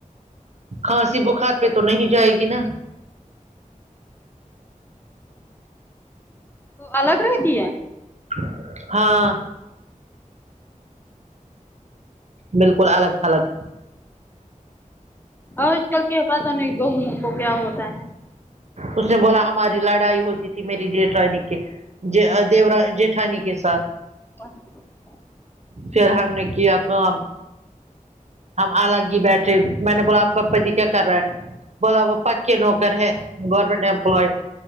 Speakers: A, on the right; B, on the left.
A: کھانسی بخار پہ تو نہیں جائے گی نا
B: وہ الگ رہتی ہے
A: <inaudible> ہاں بالکل الگ تھلگ
B: آج کل کیا پتا نہیں گیہموں کو کیا ہوتا ہے ان
A: اس نے بولا ہماری لڑائی ہوتی تھی میری جیٹرانی کے دیورا جیٹھانی کے ساتھ
B: <inaudible>
A: پھر ہم نے کیا کام ہم الگ ہی بیٹھے میں نے بولا آپ کا پتی کیا کر رہا ہے بولا وہ پکے نوکر ہے گورنمنٹ امپلائڈ